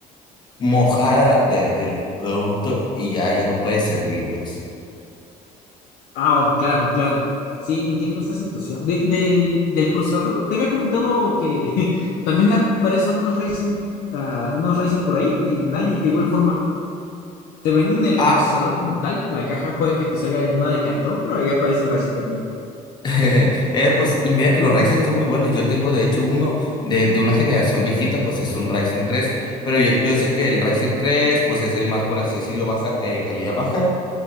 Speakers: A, on the left (about 30°); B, on the left (about 75°).
A: mojada de- del producto y ya, ya no puede servir, pues.
B: Ah, oh, claro, claro. Sí, entiendo esta situación. De- del, del procesador, te había comentado que <laughs> también aparecen unos Ryzen, ah, unos Ryzen por ahí, en Ali, de igual forma. Te venden el
A: Ah,
B: procesador como tal, la caja puede que te salga una de cartón, pero ahí aparece el Ryzen también.
A: <laughs> eh, pues, y mira que los Ryzen son muy buenos. Yo tengo, de hecho, uno de, de una generación viejita, pues es un Ryzen tres pero yo, yo sé que el Ryzen tres pues es el más, por así decirlo, baja, eh, calidad baja.